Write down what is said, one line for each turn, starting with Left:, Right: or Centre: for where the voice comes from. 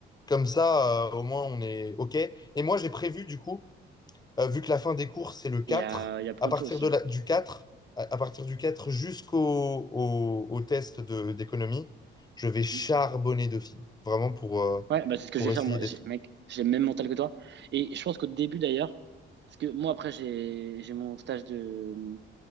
Left: Comme ça, euh, au moins, on est OK. Et moi, j'ai prévu, du coup, euh, vu que la fin des courses, c'est le 4,
Right: Et il y a, il y a Pronto
Left: à partir
Right: aussi.
Left: de
Right: hein.
Left: la, du 4, à, à partir du 4 jusqu'au au, au test de- d'économie, je vais
Right: Mhm.
Left: charbonner Dauphine, vraiment pour, euh,
Right: Ouais, bah c'est ce que
Left: pour
Right: je vais
Left: essayer
Right: faire, moi.
Left: d'être.
Right: J'ai- Mec, j'ai le même mental que toi. Et je pense qu'au début, d'ailleurs, parce que moi, après, j'ai j'ai mon stage de mon